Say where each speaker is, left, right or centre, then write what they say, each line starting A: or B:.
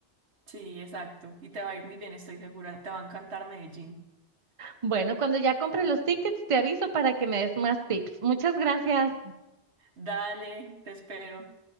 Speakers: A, on the right (about 80°); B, on the right (about 35°).
A: Sí, exacto. Y te va a ir muy bien, estoy segura. Te va a encantar Medellín.
B: Bueno, cuando ya compre los tickets te aviso para que me des más tips. Muchas gracias.
A: Dale, te espero.